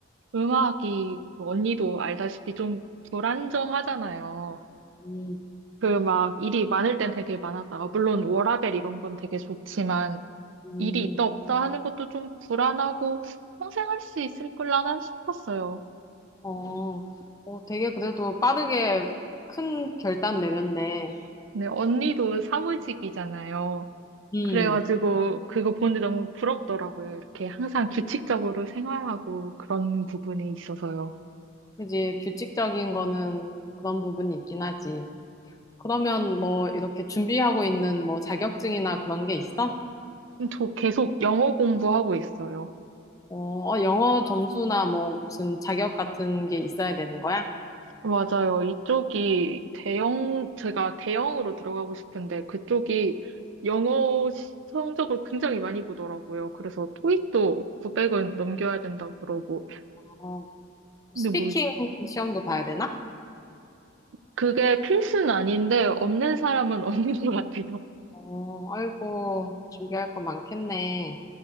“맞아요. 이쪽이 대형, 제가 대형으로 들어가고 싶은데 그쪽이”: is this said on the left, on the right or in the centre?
Right